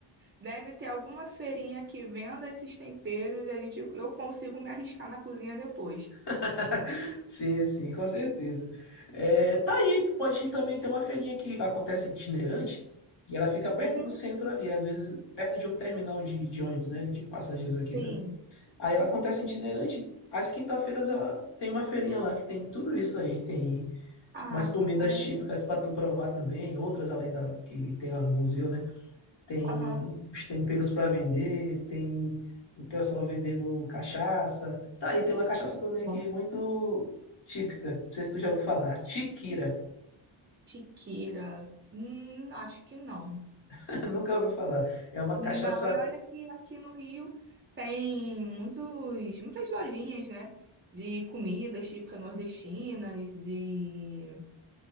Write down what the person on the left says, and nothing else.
<laughs> Sim, sim, com certeza. É, tá aí, tu pode também ter uma feirinha que acontece itinerante e ela fica perto
do centro ali, às vezes perto de um terminal de, de ônibus, né? De passageiros aqui
da. Aí ela acontece itinerante. Às quinta-feiras ela tem uma feirinha lá que tem tudo isso aí. Tem
umas comidas
típicas para tu provar também, outras além da que tem lá no museu, né? Tem
os temperos para vender, tem o pessoal vendendo cachaça. Tá aí, tem uma cachaça também
aqui muito típica. Não sei se tu já ouviu falar. Tiquira.
<laughs> Nunca ouviu falar. É uma
cachaça.